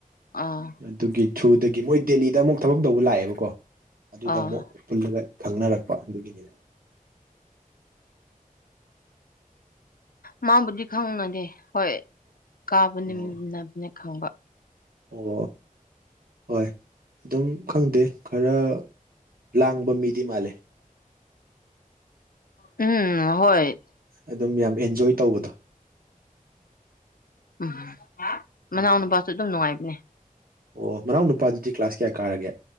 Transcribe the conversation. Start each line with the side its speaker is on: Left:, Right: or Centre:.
Left: ꯑꯥ
Right: ꯑꯗꯨꯒꯤ ꯊ꯭ꯔꯨꯗꯒꯤ ꯃꯣꯏ ꯗꯦꯜꯂꯤꯗ ꯑꯃꯨꯛ ꯊꯕꯛ ꯇꯧꯕ ꯂꯥꯛꯑꯦꯕꯀꯣ ꯑꯗꯨꯗ
Left: ꯑꯥ
Right: ꯃꯨꯛ ꯄꯨꯜꯂꯒ ꯉꯪꯅꯔꯛ ꯑꯗꯨꯒꯤꯅꯤꯗ
Left: ꯃꯥꯕꯨꯗꯤ ꯈꯪꯅꯗꯦ ꯍꯣꯏ ꯀꯥꯕ ꯅꯃꯤꯟꯅꯕꯅꯦ
Right: ꯑꯣ
Left: ꯈꯪꯕ
Right: ꯑꯣ ꯍꯣꯏ ꯗꯨꯝ ꯈꯪꯗꯦ ꯈꯔ ꯂꯥꯡꯕ ꯃꯤꯗꯤ ꯃꯥꯜꯂꯦ
Left: ꯎꯝ ꯍꯣꯏ
Right: ꯑꯗꯨꯝ ꯌꯥꯝ ꯑꯦꯟꯖꯣꯏ ꯇꯧꯕꯗꯣ
Left: ꯎꯝ
Right: ꯎꯝ
Left: ꯃꯅꯥꯎ ꯅꯨꯄꯥꯁꯨ ꯑꯗꯨꯝ ꯅꯨꯡꯉꯥꯏꯕꯅꯦ
Right: ꯑꯣ ꯃꯅꯥꯎ ꯅꯨꯄꯥꯗꯨꯗꯤ ꯀ꯭ꯂꯥꯁ ꯀꯌꯥ ꯀꯥꯔꯒꯦ